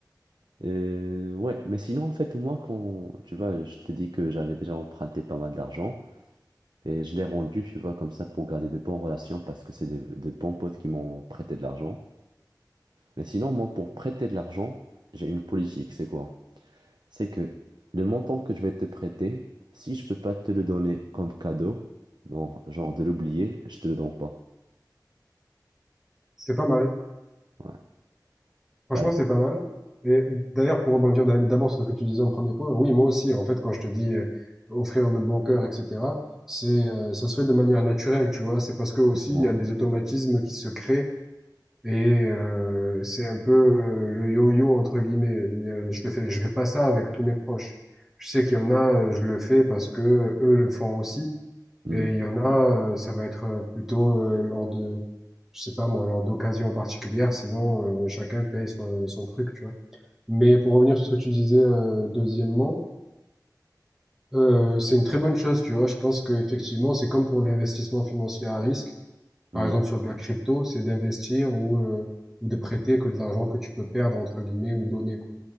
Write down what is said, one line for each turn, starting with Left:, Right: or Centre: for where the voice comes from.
Right: Euh, ouais, mais sinon, en fait, moi, quand, tu vois, je t'ai dit que j'avais déjà emprunté pas mal d'argent et je l'ai rendu, tu vois, comme ça pour garder de bonnes relations parce que c'est de, de bons potes qui m'ont prêté de l'argent. Mais sinon, moi, pour prêter de l'argent, j'ai une politique, c'est quoi? C'est que le montant que je vais te prêter, si je peux pas te le donner comme cadeau, non, genre de l'oublier, je te le donne pas.
Centre: C'est pas mal.
Right: Ouais.
Centre: Franchement,
Right: Par
Centre: c'est pas mal. Et d'ailleurs, pour rebondir d'a- d'abord sur ce que tu disais en premier point, oui, moi aussi, en fait, quand je te dis euh, offrir de bon cœur, etc., c'est, euh, ça se fait de manière naturelle, tu vois. C'est parce que aussi,
Right: exemple,
Centre: il y a des automatismes qui se créent Et euh, c'est un peu euh, le yo-yo entre guillemets. Il y a- Je le fais, je fais pas ça avec tous mes proches. Je sais qu'il y en a, euh, je le fais parce que eux le font aussi.
Right: hmm,
Centre: Et il y en a, euh, ça va être euh, plutôt euh, lors de, je sais pas moi, lors d'occasions particulières. Sinon, euh, chacun paye son, son truc, tu vois. Mais pour revenir sur ce que tu disais, euh, deuxièmement, euh, c'est une très bonne chose, tu vois. Je pense qu'effectivement, c'est comme pour l'investissement financier à risque par
Right: hmm.
Centre: exemple sur de la crypto, c'est d'investir ou, euh, ou de prêter que de l'argent que tu peux perdre, entre guillemets, ou donner, quoi.